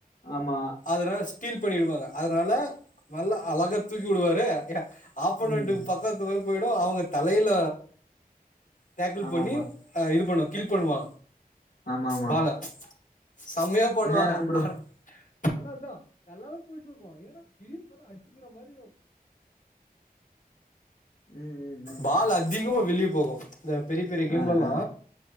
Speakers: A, on the left (about 85°); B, on the left (about 55°).
A: ஆமா
B: அதல ஸ்டீல் பண்ணிடுவாங்க அதனால நல்லா அழகா தூக்கி விடுவாரு ஆப்பனன்ட்க்கு
A: ம்
B: பக்கத்துல போயிடு அவங்க தலையில டேக்கிள்
A: ஆமா
B: பண்ணி
A: ஆமா
B: ஆ இது பண்ணு கில் பண்ணுவா
A: ஆமா ஆமா
B: பால செம்மையா பண்ணுவாங்க
A: இருக்கும் ப்ரோ
B: ஆனா ஆனா அதா நல்லாதா போயிட்டு இருக்கு ஏன்னடா திடீர்னு பாத்தா அடிக்கிற மாரி
A: ம் ம் ம்
B: பாலு அதிகமா வெளிய போகு இந்த பெரிய பெரிய கேம்லல்லா
A: ஆ ஆ